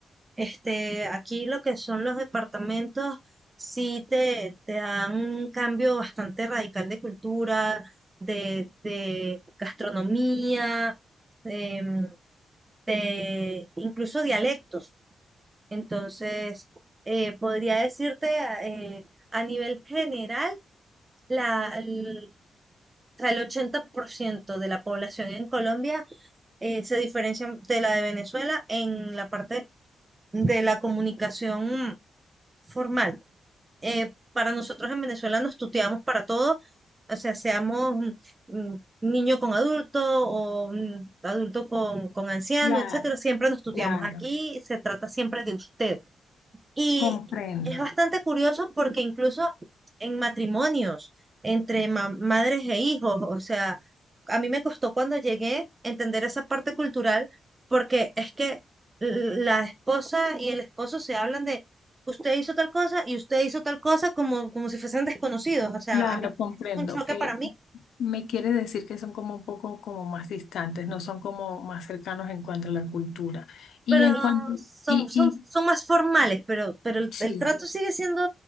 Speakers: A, on the right; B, on the left.
A: Este, aquí lo que son los departamentos, sí te, te dan un cambio bastante radical de cultura, de, de gastronomía, em, de incluso dialectos. Entonces, eh, podría decirte eh, a nivel general, la, el, o sea, el 80% de la población en Colombia eh, se diferencia de la de Venezuela en la parte de la comunicación formal. eh, para nosotros en Venezuela nos tuteamos para todo, o sea, seamos mm, mm, niño con adulto o mm, adulto con, con anciano,
B: Claro,
A: etcétera, siempre nos tuteamos.
B: claro.
A: Aquí se trata siempre de usted. Y
B: Comprendo.
A: es bastante curioso porque incluso en matrimonios entre ma- madres e hijos, o sea, a mí me costó cuando llegué entender esa parte cultural porque es que l- la esposa y el esposo se hablan de usted hizo tal cosa y usted hizo tal cosa como, como si fuesen desconocidos. O sea,
B: Claro,
A: a mí
B: comprendo.
A: fue un choque
B: Eh,
A: para mí,
B: me quiere decir que son como un poco como más distantes, no son como más cercanos en cuanto a la cultura. Y
A: pero
B: en cuanto,
A: son,
B: y,
A: son,
B: y
A: son más formales, pero, pero el,
B: sí.
A: el trato sigue siendo